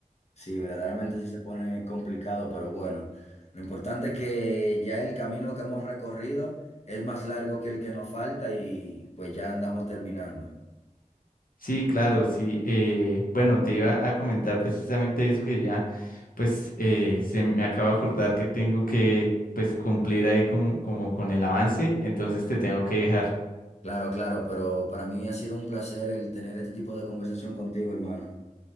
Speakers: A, on the left; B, on the left.
A: sí, verdaderamente sí se pone complicado, pero bueno, lo importante es que ya el camino que hemos recorrido es más largo que el que nos falta y pues ya andamos terminando.
B: Sí, claro, sí. eh, bueno, te iba a comentar precisamente eso que ya, pues, eh, se me acaba de acordar que tengo que, pues, cumplir ahí como, como con el avance, entonces te tengo que dejar.
A: Claro, claro, pero para mí ha sido un placer el tener este tipo de conversación contigo, hermano.